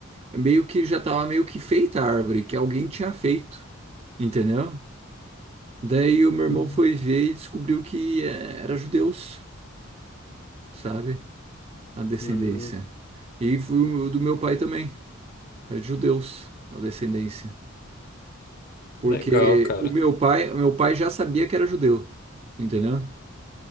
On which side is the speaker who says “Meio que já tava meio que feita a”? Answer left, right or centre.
Right